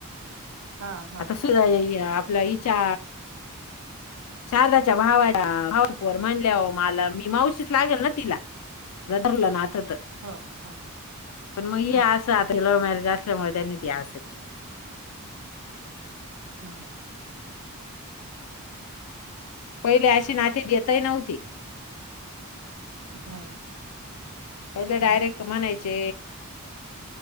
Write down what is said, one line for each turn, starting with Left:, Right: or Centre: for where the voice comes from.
Right: हा हा
Left: आता सुद्दा अ आपल्या हेच्या शारदाच्या भावाला भावाची पोर म्हणल्या वर मला ती मावशीच लागेल ना मला धरलं ना आता तसंच
Right: हो, हो.
Left: मग ये
Right: हां,
Left: असं आता लव्ह मॅरेज त्याच्यामुळे देत्याती आज
Right: हा
Left: पहिले अशी नाते देतही नव्हती.
Right: नाही,
Left: पहिले डायरेक्ट
Right: नव्हते देत.
Left: म्हणायचे,